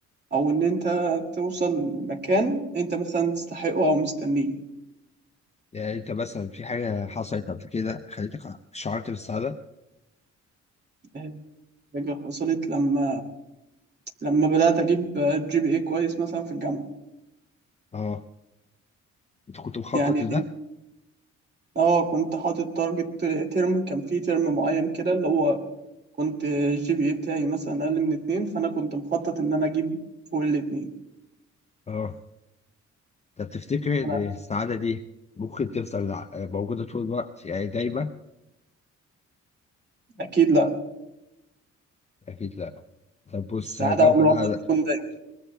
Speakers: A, on the right; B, on the left.
A: أو إن أنت توصل لمكان أنت مثلا تستحقه أو مستنيه
B: يعني أنت مثلا في حاجة حصلت قبل كده خليتك شعرت بالسعادة؟
A: آه، حاجة حصلت لما لما بدأت أجيب جي بي إيه كويس مثلا في الجامعة
B: آه، أنت كنت مخطط
A: يعني
B: لده؟
A: اه كنت حاطط تارجت ترم كان فيه ترم معين كده اللي هو كنت الجي بي اي بتاعي مثلا اقل من اتنين فانا كنت مخطط ان انا اجيب فوق الاتنين
B: آه، طب تفتكر إن
A: انا
B: السعادة دي ممكن تفضل ع- موجودة طول الوقت؟ يعني دايما؟
A: اكيد لا
B: أكيد لأ. طب بص
A: السعاده
B: هجاوب
A: عمرها
B: أنا
A: ما
B: على
A: تكون دايما